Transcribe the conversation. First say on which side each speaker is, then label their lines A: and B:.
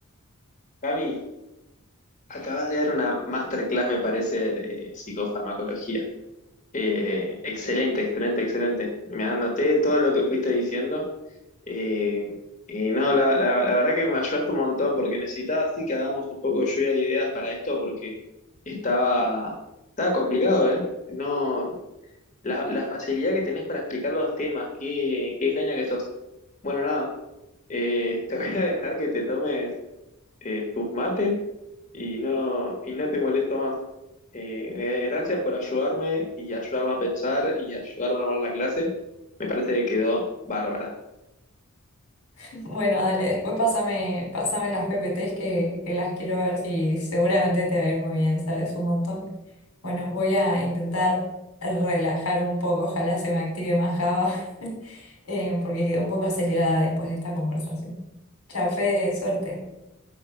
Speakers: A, on the left; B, on the left.
A: Cami, acabas de dar una masterclass, me parece, de psicofarmacología. Eh, excelente, excelente, excelente. Me anoté todo lo que fuiste diciendo. Eh, y no, la, la- la verdad que me ayudaste un montón porque necesitaba sí que hagamos un poco de lluvia de ideas para esto porque estaba, estaba complicado, ¿eh? No, la, la facilidad que tenés para explicar los temas, qué, qué genia que sos. Bueno, nada, eh, te <laughs> voy a dejar que te tomes eh, tus mates y no, y no te molesto más. Eh, eh, gracias por ayudarme y ayudarme a pensar y ayudarme a armar la clase. Me parece que quedó bárbara.
B: <laughs> Bueno, dale, después pásame, pásame las PPTs que, que las quiero ver y seguramente te va a ir muy bien, sabes un montón. Bueno, voy a intentar relajar un poco, ojalá se me active más Java, <laughs> eh, porque quedé un poco acelerada después de esta conversación. Chafe, suerte.